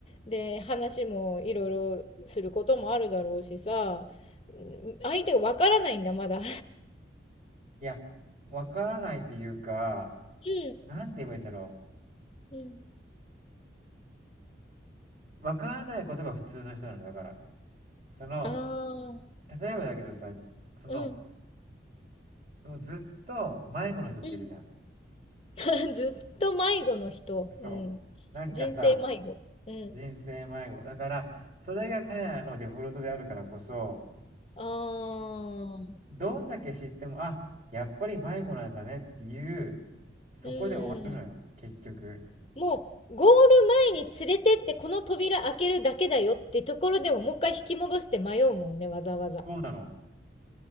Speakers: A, on the left; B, on the right.
A: で話もいろいろすることもあるだろうしさうん相手がわからないんだまだ。う
B: いや、わからないっていうか、
A: ん
B: なんて言えばいいんだろ
A: うん
B: う。わからないことが普通の人なのだから。その、
A: ああ
B: 例えばだけどさ、その、
A: うん
B: ずっと迷子の人っているじゃん。
A: うん <laughs> ずっと迷子の人。
B: そう。
A: うん
B: なんかさ、
A: 人生迷子。うん
B: 人生迷子。だから、それが彼らのデフォルトであるからこそ、
A: ああ
B: どんだけ知っても、あ、やっぱり迷子なんだねっていう、そこで
A: うん
B: 結局、
A: もう、ゴール前に連れてってこの扉開けるだけだよってところでももう一回引き戻して迷うもんね、わざわざ。
B: そうなの。